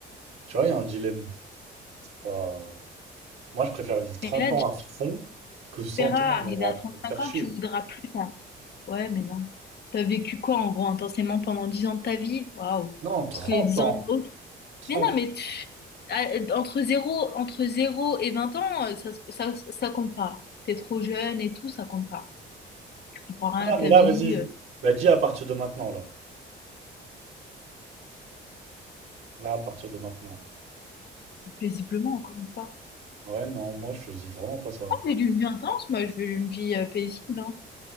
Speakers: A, on the right; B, on the left.
A: Tu vois, il y a un dilemme. C'est pas... Moi, je préfère vivre 30
B: Mais là,
A: ans
B: déjà,
A: à fond que
B: tu
A: 100
B: verras,
A: ans à
B: arrivé à
A: me
B: 35
A: faire
B: ans,
A: chier.
B: tu voudras plus. hein. Ouais, mais non. T'as vécu quoi, en gros, intensément pendant 10 ans de ta vie? Waouh.
A: Non, trente
B: Parce que les 10
A: ans.
B: ans,
A: 30
B: Mais non, mais tu- ah, entre zéro entre zéro et 20 ans, euh, ça, ça, ça compte pas. T'es trop jeune et tout, ça compte pas. Tu comprends rien
A: Ah,
B: à
A: mais
B: ta
A: là,
B: vie,
A: vas-y. je-
B: euh,
A: Bah dis à partir de maintenant, là. Là, à partir de maintenant.
B: paisiblement, encore une fois.
A: Ouais, non, moi, je choisis vraiment pas ça.
B: Moi, j'ai une vie intense, moi, je veux une vie euh, paisible, hein.